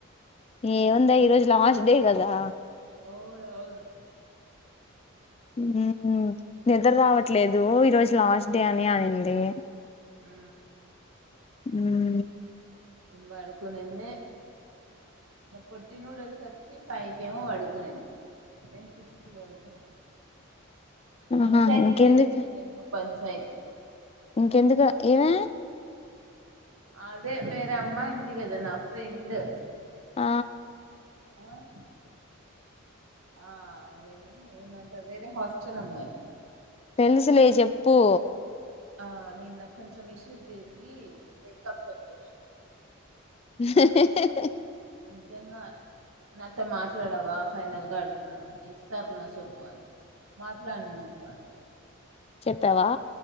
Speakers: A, on the left; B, on the right.
A: ఏముందే ఈ రోజు లాస్ట్ డే కదా
B: ఎవరు ఆవులు
A: హు హు నిద్ర రావట్లేదు ఈరోజు లాస్ట్ డే అని అనింది
B: హు
A: మ్
B: పడుకొనిందే పొట్టి నూడిల్స్ వచ్చి ఫైవ్ కి ఏమో పడుకునింది నేను సిక్స్ కి పడుకున్నా
A: ఆహా
B: పంచాయతీ
A: ఇంకెందుకు
B: జరిగింది మే పంచాయతీ
A: ఇంకెందుకు ఏవే
B: అదే వేరే అమ్మాయి ఉంది కదా నా ఫ్రెండ్
A: ఆ
B: ఆ ఆ అదేమి ఏమంటారు వేరే హాస్టల్ అమ్మాయి
A: తెలుసులే చెప్పు
B: ఆ నిన్న కొంచెం ఇష్యూ తిరిగి మేక్ప్ చెక్ చేశారు అంట
A: హ హ హ
B: నిజంగా నాతో మాట్లాడవా ఫైనల్ గా అడుతున్నా ఎస్ ఆర్ నో నువ్వు చెప్పు అని మాట్లాడను ఇంకా
A: చెత్తవా